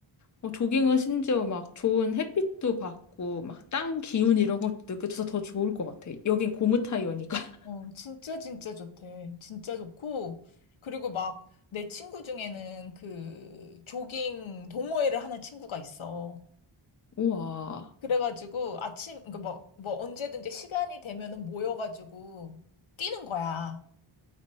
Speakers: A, on the left (about 35°); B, on the left (about 70°).
A: 어, 조깅은 심지어 막 좋은 햇빛도 받고, 막 땅 기운 이런 것도 느껴져서 더 좋을 것 같아. 여긴 고무 타이어니까. <laughs>
B: 어, 진짜 진짜 좋대. 진짜 좋고 그리고 막 내 친구 중에는 그 조깅 동호회를 하는 친구가 있어.
A: 우와,
B: 그래가지고 아침 그뭐뭐 언제든지 시간이 되면은 모여가지고 뛰는 거야.